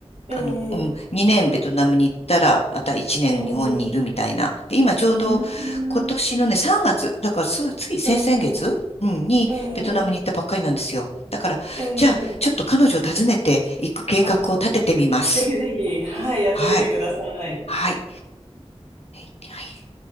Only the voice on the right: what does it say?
ええ
ええ
うーん。
え
えええ
え
え
あ、ぜひぜひ、はい、やってみてください。